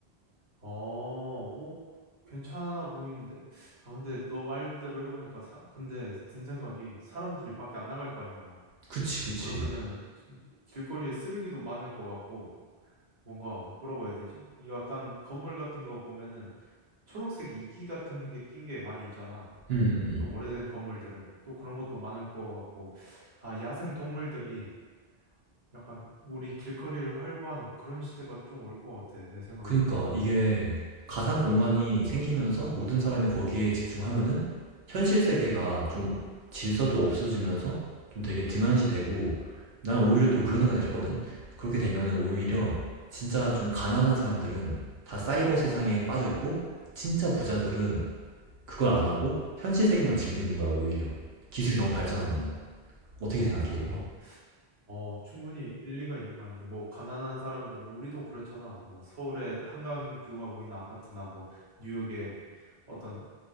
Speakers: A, on the right (about 40°); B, on the right (about 70°).
A: 어, 오, 괜찮아 보이는데? 아, 근데 너 말대로 해보니까 사, 근데 든 생각이 사람들이 밖에 안 나갈 거 아니야.
B: 그치, 그치.
A: 그러면은 길거리에 쓰레기도 많을 것 같고 뭔가 뭐라고 해야 되지? 이 약간 건물 같은 거 보면은 초록색 이끼 같은 게 낀 게 많이 있잖아.
B: 음, 음. 음.
A: 좀 오래된 건물들은 또 그런 것도 많을 것 같고 아 야생 동물들이 약간 우리 길거리를 활보하는 그런 시대가 좀 올 것 같아 내 생각에는.
B: 그니까 이게 가상 공간이 생기면서 모든 사람이 거기에 집중하면은 현실 세계가 좀 질서도 없어지면서 좀 되게 등한시되고 난 오히려 또 그런 생각을
A: 음.
B: 했거든. 그렇게 되면은 오히려 진짜 좀 가난한 사람들은 다 사이버 세상에 빠져 있고 진짜 부자들은 그걸 안 하고 현실 세계만 즐기는 거야, 오히려. 기술이 너무 발전하면은.
A: 음.
B: 어떻게
A: 어,
B: 생각해, 이런 건?
A: 어, 충분히 일리가 있는 말인데, 뭐, 가난한 사람들은, 우리도 그렇잖아. 뭐, 서울의 한강 뷰가 보이는 아파트나, 뭐, 뉴욕의 어떤